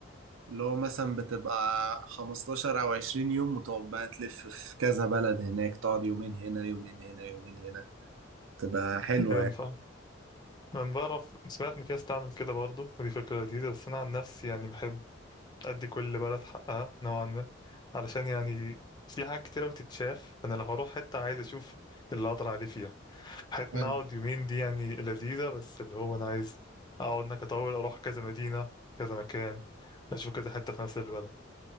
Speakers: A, on the right; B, on the left.
A: اللي هو مثلا بتبقى 15 أو 20 يوم وتقعد بقى تلف في كذا بلد هناك تقعد يومين هنا يومين هنا يومين هنا تبقى حلوة
B: ينفع
A: يعني
B: انا بعرف سمعت ان في ناس تعمل كده برضه ودي فكره لذيذه بس انا عن نفسي يعني بحب ادي كل بلد حقها نوعا ما علشان يعني في حاجات كتيره بتتشاف انا لو هروح حته عايز اشوف اللي اقدر عليه فيها حته
A: أيوة.
B: نقعد يومين دي يعني لذيذه بس اللي هو انا عايز اقعد انك اطول اروح كذا مدينه كذا مكان اشوف كذا حته في نفس البلد